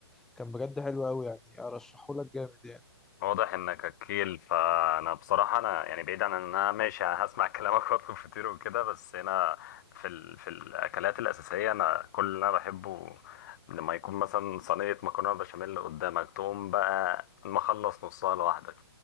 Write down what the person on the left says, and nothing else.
واضح انك اكيل فانا بصراحه انا يعني بعيد عن ان انا ماشي هسمع <laughs> كلامك واطلب فطير وكده بس انا في ال... في الاكلات الاساسيه انا كل اللي انا بحبه لما يكون مثلا صينيه مكرونه بشاميل قدامك تقوم بقى مخلص نصها لوحدك